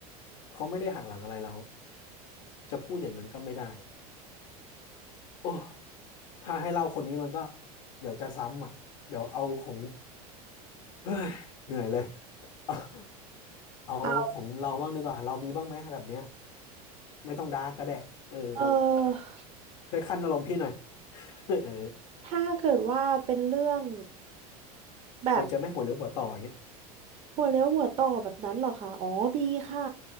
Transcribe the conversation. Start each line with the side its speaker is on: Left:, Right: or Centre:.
Left: เขาไม่ได้หักหลังอะไรเราจะพูดอย่างนั้นก็ไม่ได้โอ้ถ้าให้เล่าคนนี้มันก็เดี๋ยวจะซ้ำอ่ะเดี๋ยวเอาของเฮ้ยเหนื่อยเลย <laughs> เอา
Right: <laughs>
Left: เอาของเราบ้างดีกว่า
Right: เอา
Left: เรามีบ้างไหมแบบเนี้ย ไม่ต้องดาร์กก็ได้เออ
Right: เออ
Left: ช่วยคั่นอารมณ์พี่หน่อย <laughs> เออ
Right: ถ้าเกิดว่าเป็นเรื่องแบบ
Left: เคยเจอไหมหัวเลี้ยวหัวต่ออย่างเงี้ย
Right: หัวเลี้ยวหัวต่อแบบนั้นเหรอคะอ๋อมีค่ะ